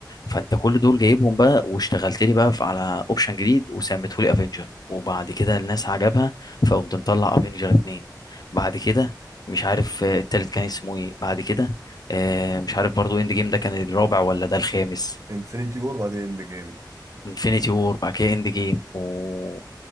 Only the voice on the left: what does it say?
فانت كل دول جايبهم بقى واشتغلت لي بقى في- على اوبشن جديد وسميته لي افنجر وبعد كده الناس عجبها فقمت مطلع افنجر اتنين بعد كده مش عارف آه، التالت كان اسمه ايه بعد كده آه، مش عارف برضو اند جيم ده كان الرابع ولا ده الخامس
انفينيتي وور بعد كده اند جيم و...